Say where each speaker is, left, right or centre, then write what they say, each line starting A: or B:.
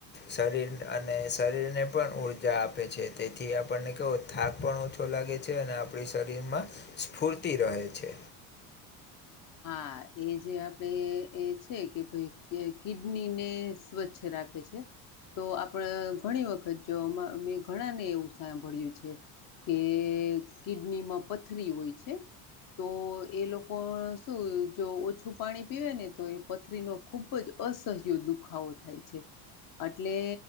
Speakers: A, on the left; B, on the left.
A: શરીર અને શરીરને પણ ઉર્જા આપે છે તેથી આપણને કેવું થાક પણ ઓછો લાગે છે અને આપડી શરીરમાં સ્ફૂર્તિ રહે છે
B: હા એ જે આપડે એ છે કે ભાઈ કિડની ને સ્વચ્છ રાખ કે છે તો આપડે ઘણી વખત જોં ઘણાને એવું સાંભળ્યું છે કે કિડનીમાં પથરી હોય છે તો એ લોકો જો ઓછું પાણી પીવે ને તો એ પથરીનો ખુબ જ અસહ્ય દુખાવો થાય છે એટલે